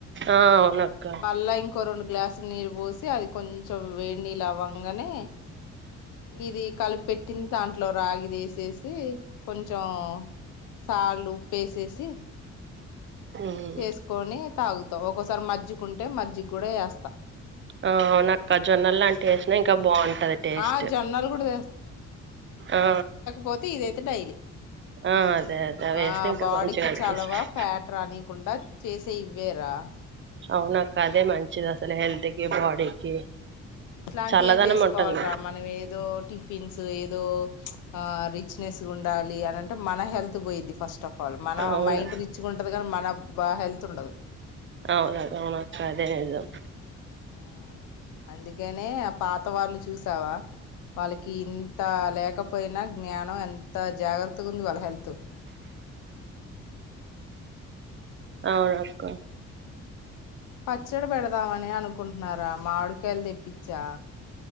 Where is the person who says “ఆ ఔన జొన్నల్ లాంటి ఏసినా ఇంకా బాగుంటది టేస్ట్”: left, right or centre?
Right